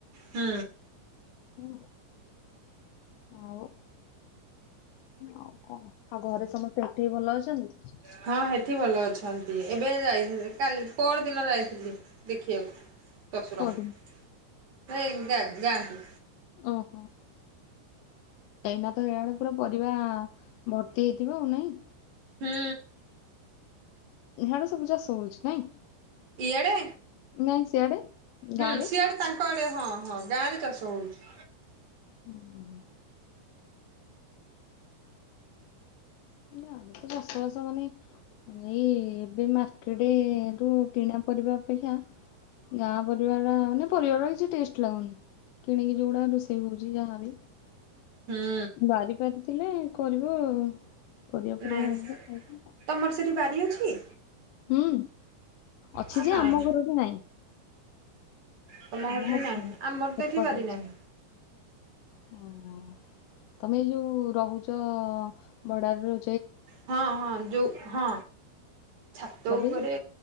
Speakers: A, on the right; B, on the left.
A: ହୁଁ।
B: ହୁଁ ଆଉ। ଆଉ କଣ ଆଉ ଘରେ ସମସ୍ତେ ଏଠି ହି ଭଲ ଅଛନ୍ତି?
A: ହଁ ସେଠି ଭଲ ଅଛନ୍ତି ଏବେ ଯାଇ କାଲି ପହର ଦିନ ଯାଇଥିଲି। ଦେଖିବାକୁ ଶଶୁରଙ୍କୁ
B: ଅଛନ୍ତି?
A: ନାହିଁ ଗାଁ କୁ।
B: ଓଃ ହୋ। ଏଇନା ତ ହେଲା ବେଳେ ପୁରା ପରିବା ଭର୍ତ୍ତି ହେଇଥିବ ଆଉ ନାଇଁ।
A: ହୁଁ।
B: ଇଆଡେ ସବୁ ଚାଷ ହୋଉଛି ନାଇଁ।
A: ଇଆଡେ
B: ନାଇଁ ସିଆଡେ ଗାଁରେ
A: ହୁଁ ସିଆଡେ ତାଙ୍କ ଆଡେ ହଁ ହଁ ଗାଁ ରେ ଚାଷ ହଉଛି।
B: ଓଃ ହୋ। ହେଲେ ତ ଚାଷବାଷ ମାନେ। ଏଇ ଏବେ ମାର୍କେଟ ରୁ କିଣା ପରିବା ଅପେକ୍ଷା। ଗାଁ ପରିବାର ମାନେ ପରିବା ଗୁଡା କିଛି ଟେଷ୍ଟ ଲାଗୁନି। କିଣିକି ଯେଉଁଗଡ଼ା ରୋଷେଇ ହେଉଛି ଯାହାବି।
A: ହୁଁ
B: ବାରି ପାରିଥିଲେ କରିବ ପରିବା ପରିବା
A: ନାଇଁ
B: ଆଣିବ ଖାଇବ।
A: ତମର ସେଇଠି ବାରି ଅଛି?
B: ହୁଁ ଅଛି
A: ଆ
B: ଯେ
A: ନାଇଁ
B: ଆମ ଘର କି ନାଇଁ।
A: ତମ
B: ଆମ
A: ଘରଠି
B: ଘରେ ନାହିଁ
A: ଆମର
B: ସେପଟରେ
A: ତ ଏଠି ବାରି
B: ଅଛି।
A: ନାହିଁ।
B: ହ ତମେ ଏଇ ଯୋଉ ରହୁଛ ଭଡାରେ ର
A: ହଁ ହଁ ଯୋଉ ହଁ ଛାତ
B: ଲଗେଇଛ?
A: ଉପରେ।